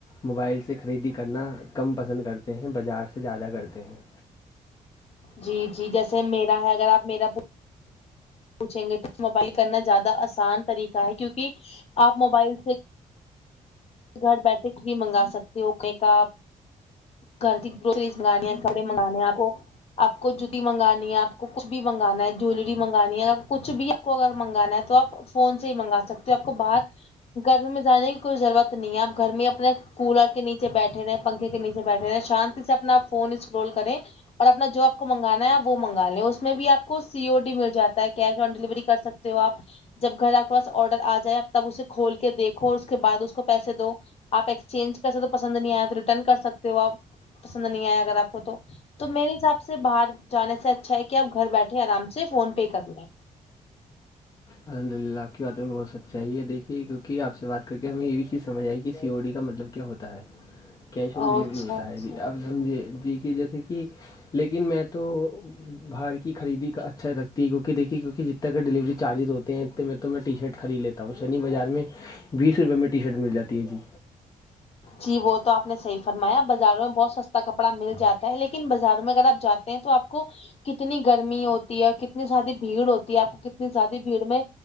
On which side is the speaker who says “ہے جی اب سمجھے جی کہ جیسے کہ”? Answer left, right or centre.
Left